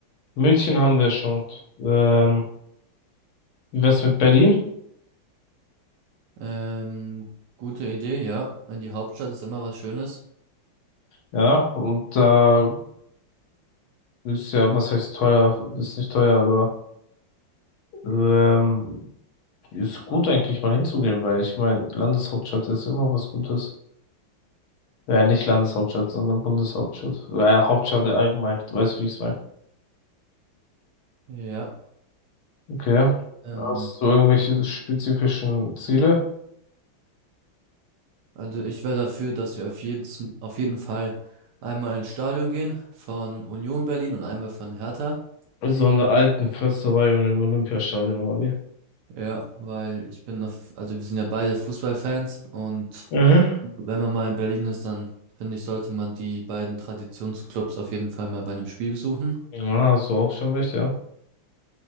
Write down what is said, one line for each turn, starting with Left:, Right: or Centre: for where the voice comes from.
Left: München haben wir schon. Ähm, wie wär's mit Berlin?
Right: Ähm, gute Idee, ja. In die Hauptstadt ist immer was Schönes.
Left: Ja, und da ist ja, was heißt teuer? Ist nicht teuer, aber ähm, ist gut eigentlich mal hinzugehen, weil ich meine, Landeshauptstadt ist immer was Gutes. Ja, nicht Landeshauptstadt, sondern Bundeshauptstadt. Ja, Hauptstadt allgemein. Du weißt, wie ich's meine.
Right: Ja.
Left: Okay.
Right: Ähm,
Left: Hast du irgendwelche spezifischen Ziele?
Right: also ich wäre dafür, dass wir auf jeden, auf jeden Fall einmal ins Stadion gehen von Union Berlin und einmal von Hertha.
Left: So an der alten Försterei und im Olympiastadion oder wie?
Right: Ja, weil ich bin auf, also wir sind ja beide Fußballfans und
Left: Mhm.
Right: Wenn man mal in Berlin ist, dann finde ich, sollte man die beiden Traditionsclubs auf jeden Fall mal bei einem Spiel besuchen.
Left: Ja, hast du auch schon recht, ja.